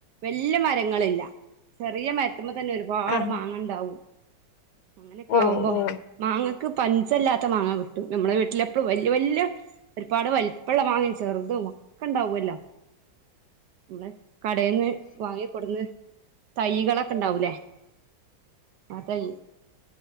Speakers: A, on the right; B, on the left.
A: വെല്യ മരങ്ങള്ല്ല ചെറിയ മര്ത്ത്മ്മതന്നെ ഒരുപാട്
B: ആഹ്
A: മാങ്ങണ്ടാവും അങ്ങനെക്കെ
B: ഓഹ്
A: ആവുമ്പോ
B: ഓഹ്
A: മാങ്ങ ഇക് പഞ്ചൽ ത്ത മാങ്ങാൻ കിട്ടും നമ്മള വീട്ടില് എപ്പയും വല്യ വല്യ ഒര്പാട് വല്പ്പള്ള മാങ്ങം ചെർതും ഒക്കെ ഇണ്ടാവല്ലോ മ്മളെ കടെന്ന് വാങ്ങി കൊട്ന്ന് തൈകളൊക്കെ ണ്ടാവൂലേ ആ തൈ